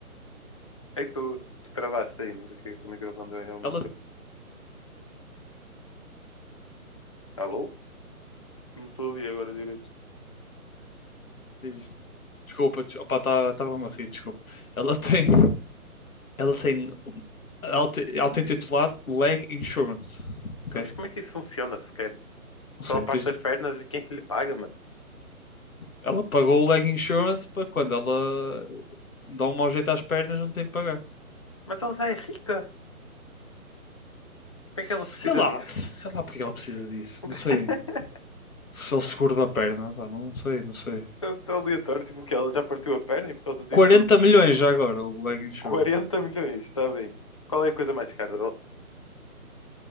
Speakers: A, on the left; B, on the left.
A: Ei, tu, tu travaste aí, não sei o que é que o teu microfone deu aí alguma
B: Ela...
A: coisa. Alô? Não estou a ouvir agora direito.
B: Diz. Desculpa, des- opá, estava-me a rir, desculpa. Ela tem. Ela tem. auto- Auto-intitulado Leg Insurance. Ok?
A: Então, Mas como é que isso funciona sequer?
B: Não sei.
A: Pela parte
B: tens
A: das
B: de-
A: pernas e quem é que lhe paga, mano?
B: Ela pagou o leg insurance para quando ela dá um mau jeito às pernas, não tem que pagar.
A: Mas ela já é rica. Por
B: Sei
A: que é que ela precisa
B: lá,
A: disso?
B: sei lá porque ela precisa disso.
A: <laughs>
B: Não sei. Só o seguro da perna, pá, não sei, não sei.
A: Estou aleatório, tipo que ela já partiu a perna e por causa disso
B: quarenta milhões já agora o leg insurance.
A: 40 milhões, está bem. Qual é a coisa mais cara dela?